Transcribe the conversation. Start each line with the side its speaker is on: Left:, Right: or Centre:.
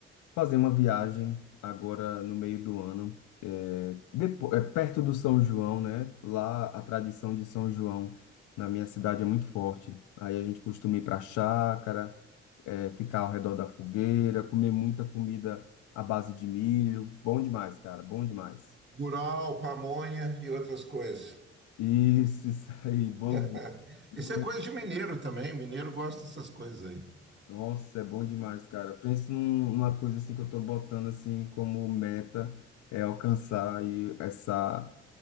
Left: fazer uma viagem agora no meio do ano, eh, depo- eh, perto do São João, né? Lá a tradição de São João na minha cidade é muito forte. Aí a gente costuma ir pra chácara, eh, ficar ao redor da fogueira, comer muita comida à base de milho. Bom demais, cara, bom demais.
Right: Curau, pamonha e outras coisas.
Left: Isso, isso aí, <laughs> bolo
Right: <laughs>
Left: Muito.
Right: Isso é coisa de mineiro também. Mineiro gosta dessas coisas aí.
Left: Nossa, é bom demais, cara. Pensa num- numa coisa assim que eu tô botando assim como meta é alcançar aí essa